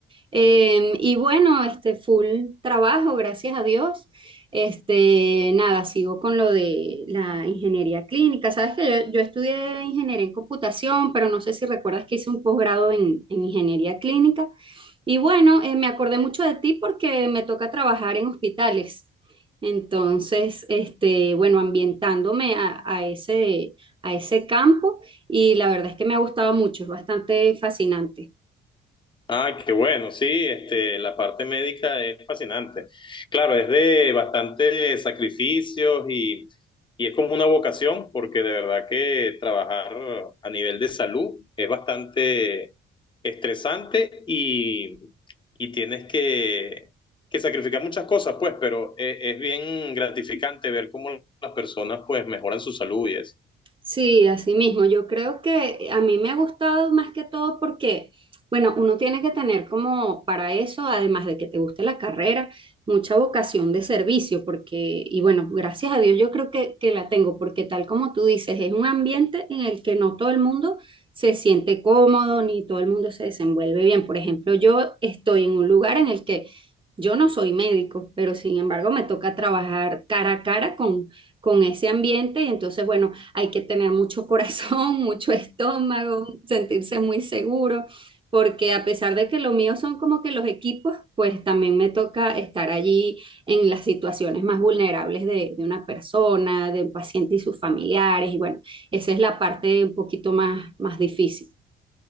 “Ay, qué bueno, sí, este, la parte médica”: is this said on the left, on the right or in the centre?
Left